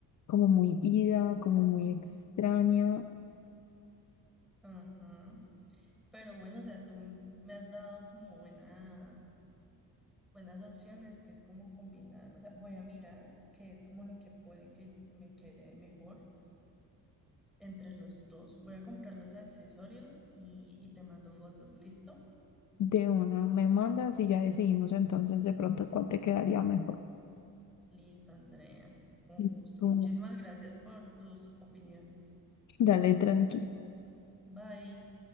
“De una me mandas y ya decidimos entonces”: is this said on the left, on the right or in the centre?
Left